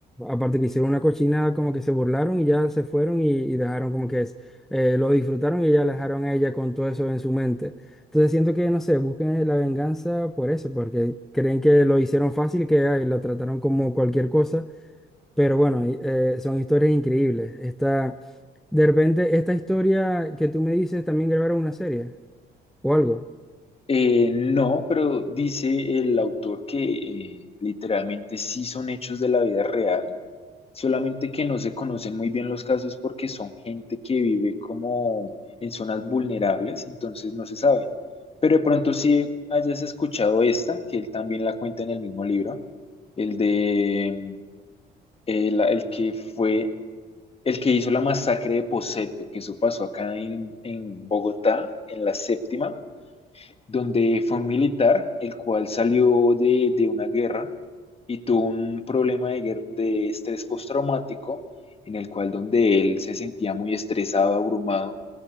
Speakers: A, in the centre; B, on the left.
A: aparte que hicieron una cochinada, como que se burlaron y ya se fueron y, y dejaron como que es, eh, lo disfrutaron y ya la dejaron a ella con todo eso en su mente. Entonces siento que, no sé, buscan la venganza por eso, porque creen que lo hicieron fácil, que ay, lo trataron como cualquier cosa, pero bueno, y, eh, son historias increíbles. Esta, de repente, esta historia que tú me dices, también grabaron una serie o algo.
B: Eh, no, pero dice el autor que eh, literalmente sí son hechos de la vida real Solamente que no se conocen muy bien los casos porque son gente que vive como en zonas vulnerables, entonces no se sabe. Pero de pronto sí hayas escuchado esta, que él también la cuenta en el mismo libro, el de mm, el, el que fue el que hizo la masacre de Poseto, que eso pasó acá en, en Bogotá, en la séptima, donde fue un militar, el cual salió de, de una guerra y tuvo un problema de, guer- de estrés postraumático, en el cual donde él se sentía muy estresado, abrumado,